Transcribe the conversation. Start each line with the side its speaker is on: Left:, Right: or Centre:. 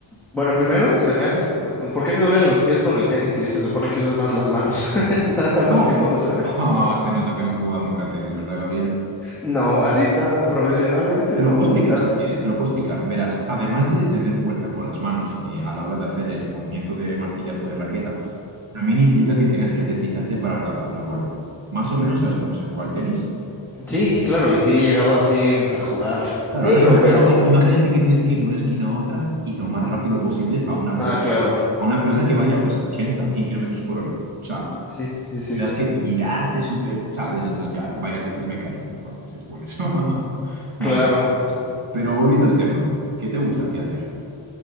Centre: bueno, primero se me hace... ¿Por qué te duelen los pies con el tenis si se supone que usas más las manos? <laughs> Nada
Right: No.
Centre: más si puedo saber.
Right: Ah, se nota que no he jugado nunca a tenis, ¿verdad, Gabriel?
Centre: No, así tan profesionalmente
Right: Te
Centre: no,
Right: lo puedo explicar
Centre: tanto.
Right: si quieres, te lo puedo explicar. Verás, además de tener fuerza con las manos eh, a la hora de hacer el movimiento de martillazo de raqueta, también implica que tengas que deslizarte para alcanzar la bola. Más o menos sabes cómo se juega el tenis.
Centre: Sí, sí, claro, y sí he llegado así a jugar,
Right: Claro,
Centre: digo,
Right: ahora imagínate,
Centre: pero...
Right: imagínate que tienes que ir de una esquina a otra y lo más rápido posible a una pelota,
Centre: Ah, claro.
Right: a una pelota que vaya pues a 80 100 kilómetros por hora. O sea,
Centre: Sí, sí, sí,
Right: tendrás
Centre: sí.
Right: que tirarte súper, ¿sabes? Entonces ya varias veces me caí. Entonces es por eso. <laughs> No,
Centre: Claro.
Right: pero volviendo al tema, ¿qué te gusta a ti hacer?